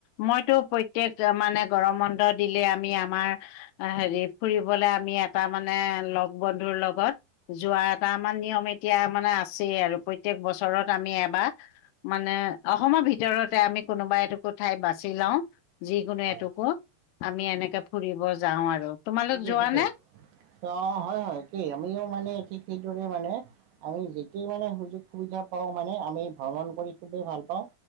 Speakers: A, on the left; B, on the right.
A: মইতো প্ৰত্যেক মানে গৰম বন্ধ দিলে আমি আমাৰ হেৰি ফুৰিবলৈ আমি এটা মানে লগ-বন্ধুৰ লগত যোৱা এটা আমাৰ নিয়ম এতিয়া মানে আছেই আৰু প্ৰত্যেক বছৰত আমি এবাৰ মানে অসমৰ ভিতৰতে আমি কোনোবা এটুকুৰ ঠাইত বাছি লও যিকোনো
B: হয়
A: এটুকু আমি এনেকে ফুৰিব যাও আৰু। তোমালোক
B: ঠিকেই-ঠিকেই,
A: যোৱা নে?
B: অ হয় কি আমিও মানে ঠিক সেইদৰে মানে আমি যেতিয়া মানে সুযোগ-সুবিধা পাওঁ মানে আমি ভ্ৰমণ কৰি খুবেই ভাল পাওঁ।